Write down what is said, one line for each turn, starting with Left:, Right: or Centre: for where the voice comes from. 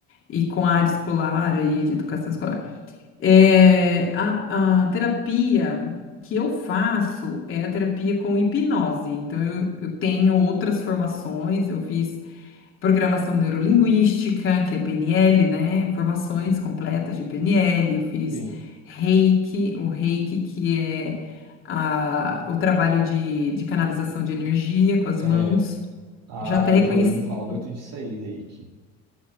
Left: e com a área escolar aí de educação escolar. É, a, a terapia que eu faço é a terapia com hipnose. Então, eu, eu tenho outras formações, eu fiz programação neurolinguística, que é PNL, né? Formações completas de PNL, eu fiz
Right: sim.
Left: Reiki, o Reiki que é a- o trabalho de, de canalização de energia com as
Right: É,
Left: mãos.
Right: ah,
Left: Já até reconheci.
Right: eu já ouvi falar muito disso aí, Reiki.